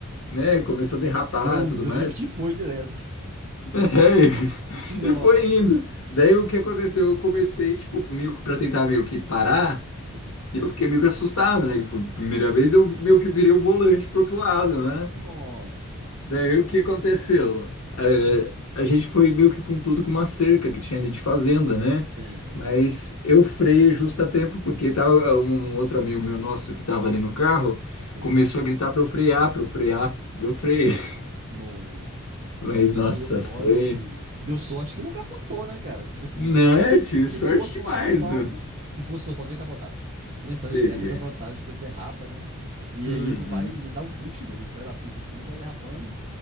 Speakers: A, on the left (about 70°); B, on the right (about 40°).
A: né? Começou a derrapar
B: Deu um
A: e tudo
B: drift
A: mais.
B: e foi direto.
A: <laughs> É,
B: <laughs> Nossa.
A: e foi indo. Daí o que aconteceu? Eu comecei, tipo, meio que pra tentar meio que parar.
B: Sim.
A: E eu fiquei meio que assustado, né? Que foi a primeira vez eu meio que virei o volante pro outro lado, né?
B: Nossa.
A: Daí o que aconteceu? Eh, a gente foi meio que com tudo com uma cerca que tinha ali
B: Nossa.
A: de fazenda, né?
B: Sim.
A: Mas eu freiei justo a tempo, porque tava é, um um outro amigo meu nosso que tava ali no carro
B: Sim.
A: começou a gritar pra eu frear, pra eu frear. Deu freio. <laughs>
B: Moço do céu.
A: Mas nossa,
B: Olha, o- olha
A: foi.
B: o Civis. Deu sorte que não capotou, né, cara? Tipo assim,
A: Não, eu tive sorte
B: Se fosse
A: demais,
B: um asfalto,
A: né?
B: se fosse um asfalto, tinha capotado. Porque na estrada
A: Teria.
B: de terra tem essa vantagem que ele derrapa, né? E
A: Uhum,
B: aí ele vai dar um drift mesmo. Ele sai da pista assim e vai derrapando.